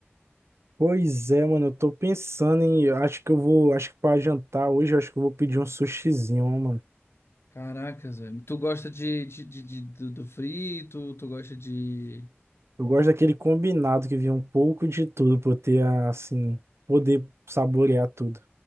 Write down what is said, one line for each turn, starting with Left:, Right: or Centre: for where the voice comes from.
Right: Pois é, mano, eu tô pensando em. Acho que eu vou. Acho que pra jantar hoje, eu acho que eu vou pedir um sushizinho, ó, mano.
Left: Caracas, velho. Tu gosta de, de, de, de- do, do frito? Tu gosta de.
Right: Eu gosto daquele combinado que vinha um pouco de tudo pra eu ter, assim, poder saborear tudo.